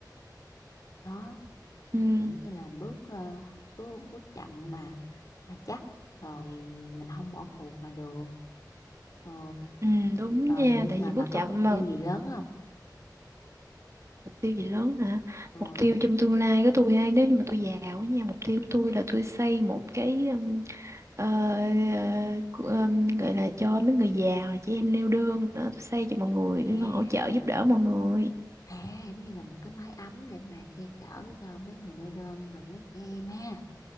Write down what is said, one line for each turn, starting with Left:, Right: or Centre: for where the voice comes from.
Left: đó
Right: ừ.
Left: kiểu như là bước ờ, bước bước chậm mà mà chắc rồi mình không bỏ cuộc là được ừ,
Right: Ừ, đúng
Left: rồi
Right: nha,
Left: nhưng
Right: tại
Left: mà
Right: vì
Left: bà
Right: bước
Left: có
Right: chậm
Left: mục
Right: mà
Left: tiêu gì lớn không
Right: mục tiêu gì lớn hả?
Left: ừ.
Right: Mục tiêu trong tương lai của tôi ha, nếu như mà tôi giàu á nha, mục tiêu của tôi là tôi xây một cái um, ờ, ờ, cu- um, gọi là cho mấy người giàu là chị em neo đơn nữa, tôi xây cho mọi người, để
Left: à
Right: hỗ trợ giúp đỡ mọi người.
Left: à giống như là một cái mái ấm để mà che chở cho mấy người neo đơn rồi mấy trẻ em ha